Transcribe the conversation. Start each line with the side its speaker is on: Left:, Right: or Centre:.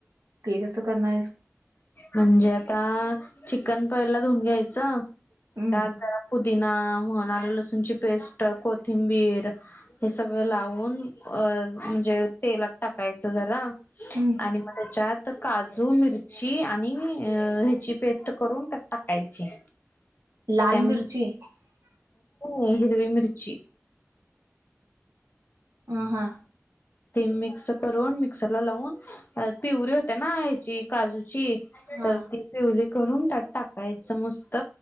Right: ते कसं करणार आहेस
Left: म्हणजे आता चिकन पयला धुऊन घ्यायचं
Right: हम्म
Left: त्यात जरा दििना म्हण आले लसूणची पेस्ट कोथिंबीर हे सगळं लावून अ म्हणजे तेलात टाकायचं झाला
Right: हम्म.
Left: आणि मग त्याच्यात काजू मिरची ची आणि ह्याची पेस्ट करून त्यात टाकायची
Right: लाल
Left: त्या
Right: मिर्ची
Left: हिरवी मिरीची
Right: अ हा
Left: ते मिक्स करून मिक्सरला लावून पिवररी होते्या ना काजूची
Right: हा.
Left: तर ती पिवली ून त्यात टाकायच मस्त